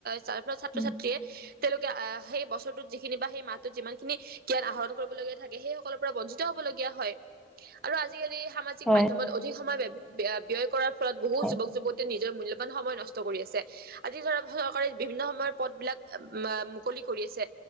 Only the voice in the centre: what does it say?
উম
হয়
হয়